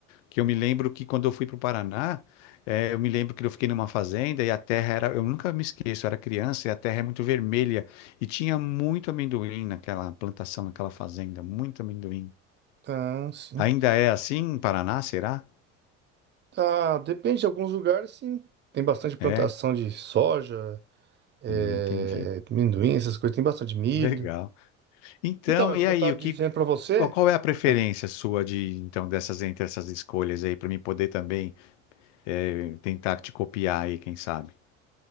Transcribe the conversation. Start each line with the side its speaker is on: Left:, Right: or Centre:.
Left: que eu me lembro que quando eu fui para o Paraná, eh, eu me lembro que eu fiquei numa fazenda e a terra era, eu nunca me esqueço, eu era criança e a terra é muito vermelha e tinha muito amendoim naquela plantação, naquela fazenda, muito amendoim.
Right: Ah, sim.
Left: Ainda é assim em Paraná, será?
Right: Ah, depende de alguns lugares, sim. Tem bastante plantação
Left: É,
Right: de soja, é,
Left: Hum, entendi.
Right: amendoim, essas coisas. Tem bastante milho.
Left: Legal. Então,
Right: Então, mas
Left: e
Right: o que
Left: aí,
Right: eu tava
Left: o que,
Right: dizendo para você,
Left: qual qual é a preferência
Right: eu,
Left: sua de, então, dessas entre essas escolhas aí para mim poder também eh, tentar te copiar aí, quem sabe?